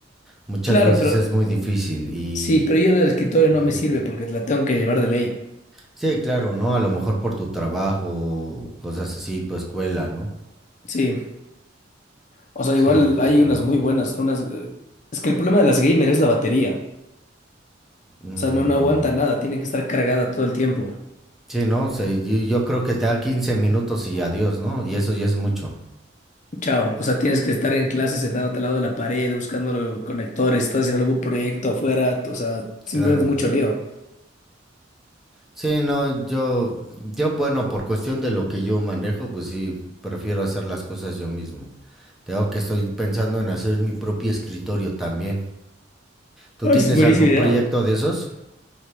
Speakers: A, in the centre; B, on the left.
A: muchas
B: Claro,
A: veces
B: pero
A: es muy difícil y...
B: Sí, pero yo la del escritorio no
A: Ujú.
B: me sirve porque la tengo que llevar de ley.
A: Sí, claro, ¿no? A lo mejor por tu trabajo, cosas así, tu escuela, ¿no?
B: Sí. O sea,
A: Sí,
B: igual
A: definitivamente.
B: hay unas muy buenas, unas... eh, Es que el problema de las gamer es la batería.
A: Ujú.
B: O sea, no, no aguanta nada, tiene que estar cargada todo el tiempo.
A: Sí, no, Sí, yo, yo creo que te da 15 minutos y adiós, ¿no? Y eso ya es mucho.
B: Chao. O sea, tienes que estar en clase sentado al lado de la pared, buscando los conectores, estás haciendo algún proyecto afuera. O sea, simplemente
A: Claro.
B: es mucho lío.
A: Sí, no, yo, yo, bueno, por cuestión de lo que yo manejo, pues sí, prefiero hacer las cosas yo mismo. Tengo que estoy pensando en hacer mi propio escritorio también. ¿Tú
B: Ay,
A: tienes
B: es buenísima
A: algún
B: idea.
A: proyecto de esos?